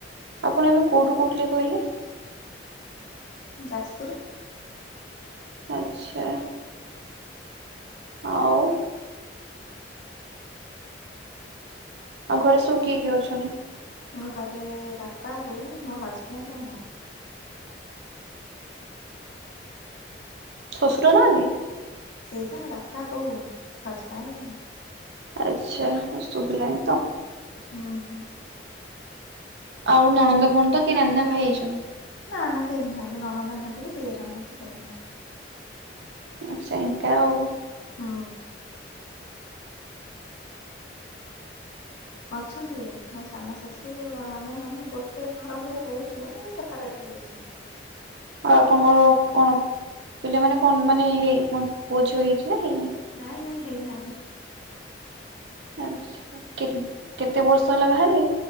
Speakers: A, on the right (about 65°); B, on the left (about 75°).
A: ଆପଣ ଏବେ କୋଉଠୁ କୋହୁଥିଲେ କଇଲେ?
B: ଯାଜପୁରୁ।
A: ଆଚ୍ଛା। ଆଉ ଆଉ ଘରେ ସବୁ କିଏ କିଏ ଅଛନ୍ତି?
B: ଘରେ ବାପା, ବୋଉ ମୋ ହଜବେଣ୍ଡ ଆଉ ମୁଁ।
A: ଶଶୁର ନାହାନ୍ତି?
B: ସେ ପା ବାପା ବୋଉ ହଜବେଣ୍ଡ। ମୁଁ
A: ଆଚ୍ଛା ମତେ ଶୁଭିଲାଣି ତ।
B: ହୁଁ ହୁଁ।
A: ଆଉ ନଣନ୍ଦ ଫଣନ୍ଦ କେଇ ନା ନା ଭାଇ ଅଛନ୍ତି?
B: ନା ନା କେହି ନାହାନ୍ତି ନଣନ୍ଦ ନାହାନ୍ତି କି ଦିଅର ନାହାନ୍ତି କେହି ନାହାନ୍ତି।
A: ଆଚ୍ଛା ଏଙ୍କା ଆଉ।
B: ହୁଁ। ଅଛନ୍ତି ମୋ ସାନ ଶାଶୁ ଆମେ ମାନେ ଗୋଟେ ଘର ଭଳିଆ ରହୁଛୁ ମାନେ ସେ ସେପାରେଟ୍ ହେଇଯାଇଚନ୍ତି।
A: ଆଉ ଆପଣଙ୍କର କଣ ପିଲାମାନେ କଣ ମାନେ ହେଇ କଣ ପୁଅ ଝିଅ ହେଇଚି ନା ହେଇନି?
B: ନାଇଁ ନାଇଁ ହେଇନାହାନ୍ତି।
A: ଆଛା କେ-କେତେ ବର୍ଷ ହେଲା ବାହା ହେଲେଣି?